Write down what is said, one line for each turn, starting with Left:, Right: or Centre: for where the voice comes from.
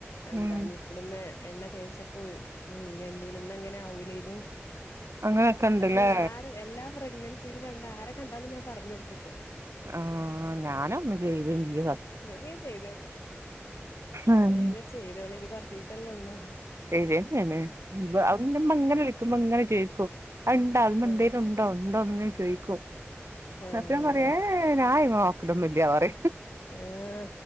Left: എന്താ
Right: ഉം
Left: നി <unintelligible> എണ്ണ തേച്ചൊക്കെ ഉഴിയേണ്ടീനു... ന്നങ്ങനെ ആവൂലേന്നു
Right: അങ്ങനെയൊക്കെ ഇണ്ട്ല്ലേ
Left: അത്‌ ഞാൻ ആര് എല്ലാ പ്രഗ്നൻസിൽ കണ്ട ആരെ കണ്ടാലും ഞാൻ പറഞ്ഞു കൊടുക്കുപ്പോ
Right: ആഹ് ഞാനൊന്നും ചെയ്ത് ല്യ.
Left: വേഗം ചെയ്തോ
Right: ഉം
Left: വേഗം ചെയ്തോളി ഇനി കൊറചീസല്ലോള്ളൂ
Right: ശരിന്നേണ്.. അവ്ട്ന്ന്ന്റുമ്മ ങ്ങനെ വിളക്കുമ്പോ ങ്ങനെ ചോയ്ക്കും അത്‌ണ്ടാ അതിമ്മേ
Left: ആഹ്
Right: ന്തേലും ണ്ടോ ഉണ്ടോന്ന്ങ്ങെ ചോയ്ക്കും
Left: ആഹ്
Right: സത്യം പറയാ ഏഹ് ഹേ ഞാൻ നോക്കലൊന്നുല്ല്യ പറയി..
Left: ഏഹ്